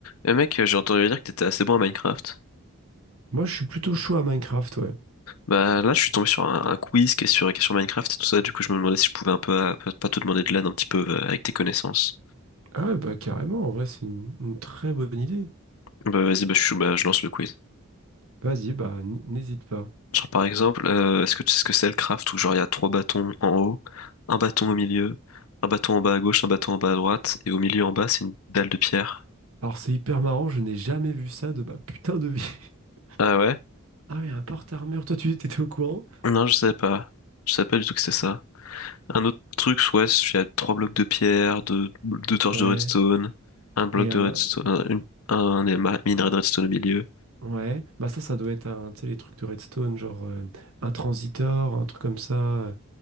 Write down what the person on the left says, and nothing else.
Eh mec, euh, j'ai entendu dire que t'étais assez bon à Minecraft.
Bah là, je suis tombé sur un, un quiz qui est sur, qui est sur Minecraft et tout ça. Du coup, je me demandais si je pouvais un peu, à- pas te demander de l'aide un petit peu euh, avec tes connaissances.
Bah vas-y, bah, je, suis- bah, je lance le quiz.
Genre par exemple, euh, est-ce que tu sais ce que c'est le craft où genre il y a trois bâtons en haut, un bâton au milieu, un bâton en bas à gauche, un bâton en bas à droite et au milieu en bas c'est une dalle de pierre.
Ah ouais?
Non, je savais pas. Je savais pas du tout que c'était ça. Un autre truc, ouais, il y a trois blocs de pierre, deux, deux torches
de redstone, un bloc
de
redstone, un, une- un éma- minerai de redstone au milieu.